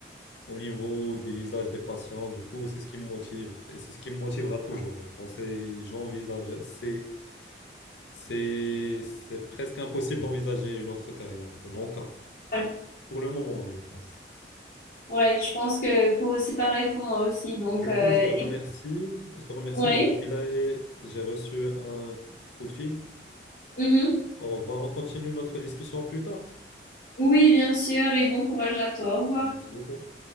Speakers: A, on the left; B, on the left.
A: au niveau des visages des patients. Du coup, c'est ce qui me motive et c'est ce qui me motivera toujours, je pense. Et j'envisage, c'est, c'est, c'est presque impossible d'envisager une autre carrière, pour mon cas,
B: ouais.
A: pour le moment, je pense.
B: Ouais, je pense que pour- c'est pareil pour moi aussi. Donc,
A: Du
B: euh,
A: coup, je te remercie. Je te remercie.
B: Oui.
A: Je dois filer. J'ai reçu un coup de fil.
B: Mhm.
A: Au revoir. On continue notre discussion plus tard.
B: Oui, bien sûr, et bon courage à toi. Au revoir.
A: Merci beaucoup.